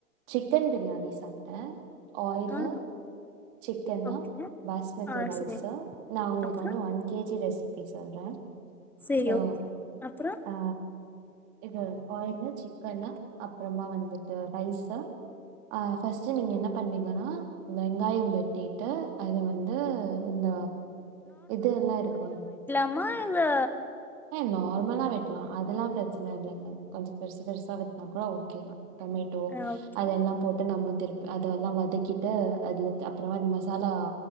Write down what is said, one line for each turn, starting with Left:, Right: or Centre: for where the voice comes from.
Right: சிக்கன் பிரியாணி சாப் ட்டே ஆயிலு
Centre: ஆ
Right: சிக்கனு
Centre: ஓகே
Right: பாஸ்மதி
Centre: ஆ
Right: ரைஸ்ஸு
Centre: செரி
Right: நா உங்களுக்கு
Centre: அப்றோ
Right: வந்து ஒன் கேஜி ரெஸ் ரெசிப்பி சொல்றே
Centre: செரி
Right: சோ
Centre: ஓகே அப்றோ
Right: ஆ இது ஆயலு சிக்கனு அப்றமா வந்துட்டு ரைஸ்ஸு ஆ ஃபஸ்ட்டு நீங்க என்ன பண்விங்கன்னா இந்த வெங்காயம் வெட்டிட்டு அது வந்து இந்த இது எல்லா இருக்கும்
Centre: அம்மா எங்கே
Right: ஏ நார்மலா வெ லாம் அதுல்லாம் பிரச்சன இல்லைங்க கொஞ்சோ பெருசு பெருசா வெட்னா கூட ஓகே தா டொமேட்டோ
Centre: ஆ ஓகே
Right: அதெல்லா போட்டு நம்ம திருப்ப அதெல்லா திகிட்டு அதுல அப்றமா இது மசாலா